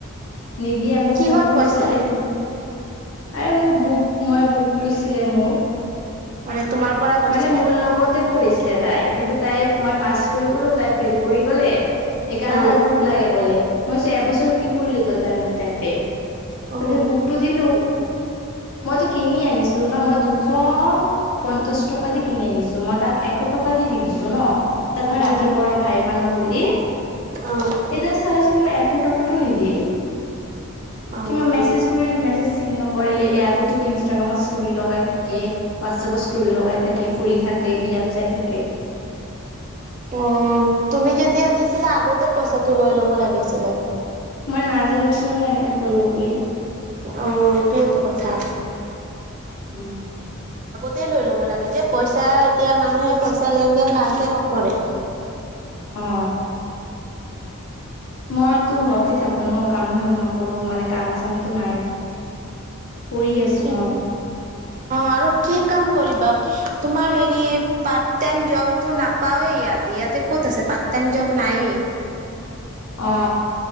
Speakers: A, on the left (about 75°); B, on the right (about 35°).
A: নিদিয়ে, মোৰ
B: কিহৰ
A: বুক
B: পইচা
A: লৈছিলিন। আ মোক বুক মই বুক লৈছিলে মোৰ।
B: মানে তোমাৰ পৰা লৈছিলে
A: মানে মোৰ লগতে কৰিছিলে তাই। কিন্তু তাই মই পাছ কৰি গ'লো তাই ফেইল কৰি গ'লে। সেইকাৰণে
B: অ
A: তাৰ বুক লাগে বলে। মই কৈছো এবছৰ কি কৰিলি তই তেন্তে। তাৰপিছত
B: অ',
A: বুকতটো দিলো। মইতো কিনি আনিছিলো ন, মই দুশ- পঞ্চাশ টকা দি কিনি আনিছো। মই তাক এশ টকা দি দি দিছো ন তাক মই ৰাখি
B: উম,
A: পৰ ভাই মানুহ বুলি।
B: অ',
A: এতিয়া চাইচোন মোৰ এশ টকাটো নিদিয়ে।
B: অ',
A: কিবা মেছেজ কৰিলে মেছেজ নকৰে। ইয়াতে দেখো ইনষ্টাগ্ৰামত ষ্টৰি লগাই থাকে, হোৱাটছএপত চুৰি লগাই থাকে, ফুৰি থাকে বিয়াত যাই থাকে।
B: অ তুমি যেতিয়া দিছিলা আগতে পইচাটো লৈ ল'ব লাগিছিলে।
A: মই নাজানিছিলো এনেকে কৰিব বুলি।
B: অ সেইটো কথা।
A: উম।
B: তে লৈ ল'ব লাগে যে পইচা এতিয়া মানুহে পইচা লেন দেন ভালকে নকৰে।
A: অ। মইতো ঘৰতে থাকো ন কাম ধাম নকৰো, মানে কাণ চানটো নাই। <unintelligible>
B: অ
A: মই
B: আৰু কি? কাম কৰিবা তোমাৰ হেৰি পাৰট টাই জব তো নাপাওৱে ইয়াতে ইয়াতে ক'ত আছে। টাইম জব নায়ে।
A: অ।